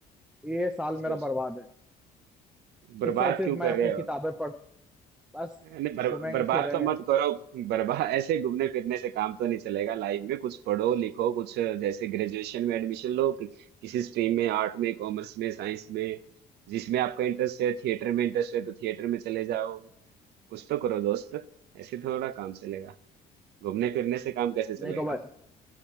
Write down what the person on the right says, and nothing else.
सोच
बर्बाद
क्यों
कर
रहे
हो
नहीं बर,
बर्बाद
तो मत करो बर्बाद ऐसे घूमने फिरने से काम तो नहीं चलेगा लाइफ में कुछ पढ़ो लिखो कुछ जैसे ग्रेजुएशन में एडमिशन लो कि, किसी स्ट्रीम में आर्ट में कॉमर्स में साइंस में जिसमें आपका इंटरेस्ट है थिएटर में इंटरेस्ट है तो थिएटर में चले जाओ कुछ तो करो दोस्त ऐसे थोड़ा काम चलेगा घूमने फिरने से काम कैसे
चलेगा